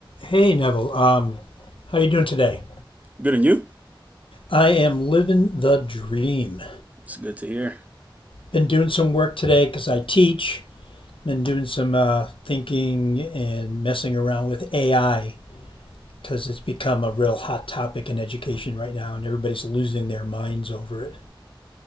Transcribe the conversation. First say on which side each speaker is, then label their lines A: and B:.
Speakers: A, on the left (about 80°); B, on the right (about 15°).
A: Hey Neville, um, how you doing today?
B: Good and you?
A: I am living the dream.
B: It's good to hear.
A: Been doing some work today because I teach. Been doing some uh, thinking and messing around with AI because it's become a real hot topic in education right now, and everybody's losing their minds over it.